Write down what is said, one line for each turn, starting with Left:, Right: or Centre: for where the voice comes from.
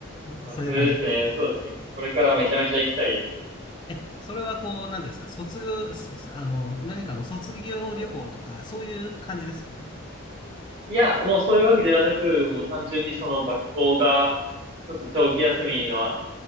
Left: うんそういう感じ。
Right: あ、それですね。そうですね。これからめちゃめちゃ行きたいですね。
Left: え、それはこう、なんていうんですか、卒業、すあの、何かの卒業旅行とか、
Right: はい。
Left: そういう感じですかは
Right: いや、もうそういうわけではなく、もう単純にその学校が、ちょっと長期休みの、